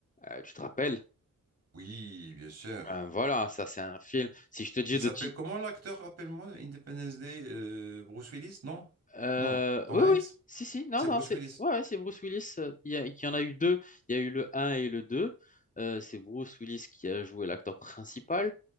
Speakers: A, on the left; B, on the right.
A: euh, tu te rappelles?
B: Oui, bien sûr.
A: Euh, voilà, ça c'est un film. Si je te dis
B: Il
A: de
B: s'appelle
A: ti-
B: comment l'acteur, rappelle-moi, Independence Day, euh, Bruce Willis, non?
A: Euh,
B: Non, Tom
A: oui,
B: Hanks?
A: oui, si, si, non,
B: C'est
A: non,
B: Bruce
A: c'est
B: Willis.
A: ouais, ouais, c'est Bruce Willis. euh, Il y, a- il y en a eu deux. Il y a eu le un et le 2. Euh, c'est Bruce Willis qui a joué l'acteur principal.